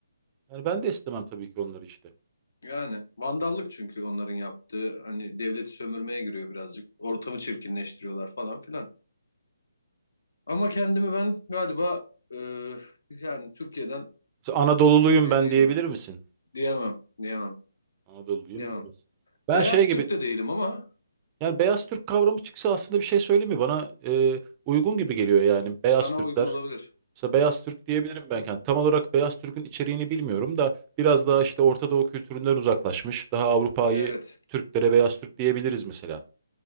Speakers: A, on the right (about 20°); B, on the left (about 60°).
A: Yani ben de istemem tabii ki onları işte.
B: Yani vandallık çünkü onların yaptığı hani devleti sömürmeye giriyor birazcık. Ortamı çirkinleştiriyorlar falan filan. Ama kendimi ben galiba e, yani Türkiye'den
A: Mesela Anadoluluyum
B: çok şey
A: ben
B: değilim.
A: diyebilir misin?
B: Diyemem, diyemem,
A: Anadoluluyum
B: diyemem.
A: diyemezsin. Ben
B: Beyaz
A: şey gibi
B: Türk de değilim ama
A: yani beyaz Türk kavramı çıksa aslında bir şey söyleyeyim Bana e, uygun gibi geliyor yani beyaz
B: sana
A: Türkler.
B: uygun olabilir.
A: Mesela beyaz Türk diyebilirim ben. Yani tam olarak beyaz Türk'ün içeriğini bilmiyorum da biraz daha işte Orta Doğu kültüründen uzaklaşmış. Daha Avrupa'yı
B: Evet,
A: Türklere beyaz Türk diyebiliriz mesela.